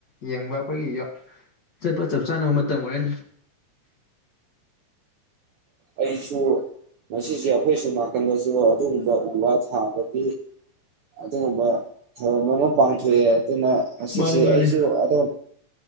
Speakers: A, on the left; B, on the right.
A: ꯌꯦꯡꯕ ꯑꯩꯈꯣꯏꯒꯤ ꯆꯠꯄ ꯆꯞ ꯆꯥꯅꯕ ꯃꯇꯝ ꯑꯣꯏꯔꯅꯤ
B: ꯑꯩꯁꯨ ꯉꯁꯤꯁꯦ ꯑꯩꯈꯣꯏ ꯁꯨꯃꯥꯡ ꯅꯥꯀꯟꯗꯁꯨ ꯑꯗꯨꯒꯨꯝꯕ ꯎ ꯋꯥ ꯊꯥꯕꯒꯤ ꯑꯗꯨꯒꯨꯝꯕ ꯊꯧꯔꯝ ꯑꯃ ꯄꯥꯡꯊꯣꯛꯑꯦ ꯑꯗꯨꯅ ꯉꯁꯤꯁꯦ
A: ꯃꯥꯅꯤ ꯃꯥꯅꯤ
B: ꯑꯩꯁꯨ ꯑꯗꯨꯝ